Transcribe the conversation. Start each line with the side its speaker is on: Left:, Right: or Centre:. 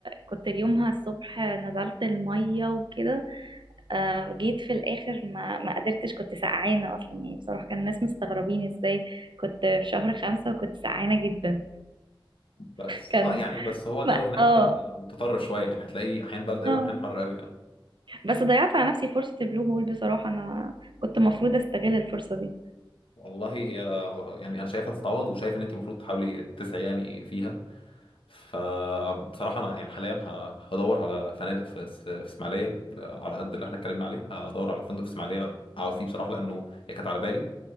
Right: كنت يومها الصبح نزلت الميه وكده آه، جيت في الاخر ما ما قدرتش كنت سقعانه اصلا يعني بصراحه كان الناس مستغربين ازاي كنت في شهر خمسة وكنت سقعانه جدا
Left: بس
Right: كان
Left: اه يعني
Right: <laughs>
Left: بس هو الجو
Right: ما
Left: هناك
Right: اه
Left: آه، متطرف شويه يعني هتلاقي احيان برد قوي
Right: اه
Left: واحيان حر قوي اه
Right: بس ضيعت على نفسي فرصة البلو هول بصراحة انا كنت مفروض استغل الفرصة دي
Left: والله هي آه، يعني انا شايفها تتعوض وشايف ان انت المفروض تحاولي تسعي يعني فيها فبصراحة أنا يعني حاليا ه- هدور على فنادق في اس- في إسماعيلية على قد اللي احنا اتكلمنا عليه هدور على فندق في إسماعيلية أقعد فيه بصراحة لأنه هي كانت على بالي